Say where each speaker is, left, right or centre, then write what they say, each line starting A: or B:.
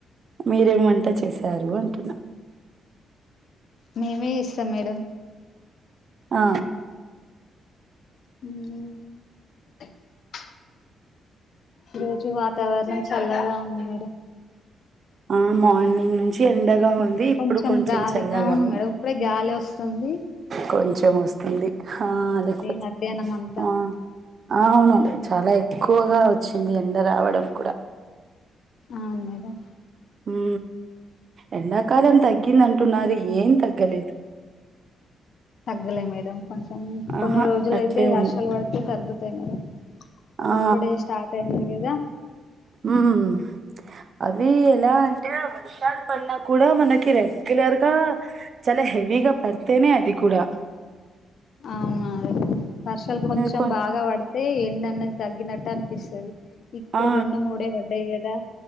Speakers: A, on the right; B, on the left.
A: మీరేం వంట చేశారు అంటున్న
B: మేమే చేస్తాం మేడం
A: ఆ
B: మ్ ఈ రోజు వాతావరణం చల్లగా ఉంది మేడం
A: ఆ మార్నింగ్ నుంచి ఎండగా ఉంది. ఇప్పుడు
B: కొంచెం గాలి
A: చల్లగా
B: అవును
A: ఉంది.
B: మేడం ఇప్పుడే గాలోస్ ఉంది
A: కొంచెం వస్తుంది ఆ లేకపోతే
B: మధ్యాహ్నం అంతా
A: ఆ అవును చాలా ఎక్కువగా వచ్చింది ఎండ రావడం కూడా
B: అవును మేడం
A: మ్ ఎండాకాలం తగ్ తగ్గిందంటున్నారు ఏం తగ్గలేదు
B: తగ్గలే మేడం కొంచెం కొన్ని
A: ఆహా
B: రోజులైతే
A: అట్లే
B: వర్షాలు
A: ఉంది.
B: పడితే తగ్గుతాయి మేడం
A: ఆ
B: ఇప్పుడే స్టార్ట్ అయినాయి కదా
A: మ్మ్ అవి ఎలా అంటే వర్షాలు పడిన కూడా మనకి రెగ్యులర్ గా చాలే హెవిగా పడితేనే అది కూడా
B: అవును మారే వర్షలు కొంచెం
A: కొ
B: బాగా పడితే ఎండ డ తగ్గినట్టనిపిస్తది ఇప్పుడు
A: ఆ ఆ
B: రెండు మూడే పడ్డాయి కదా